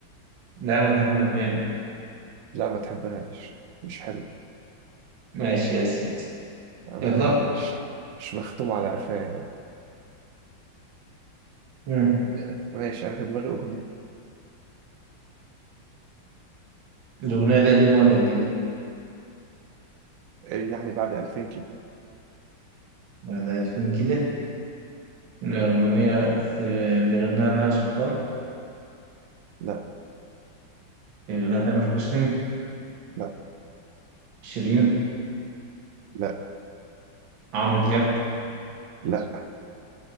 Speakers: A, on the right; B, on the right.
A: لا أنا بحب الأغنية دي
B: لا ما تحبهاش مش حلو
A: ماشي يا سيدي
B: انا
A: يلا
B: يعني مش مش مختوم على قفايا يعني
A: مم.
B: آه، ماشي انا في دماغي اغنيه
A: الأغنية دي قديمة ولا جديدة؟
B: آه، يعني بعد 2000 كده
A: بعد 2000 كده الأغنية بيغناها بهاء سلطان
B: لا
A: بيغناها تامر حسني
B: لا
A: شيرين
B: لا
A: عمرو دياب
B: لا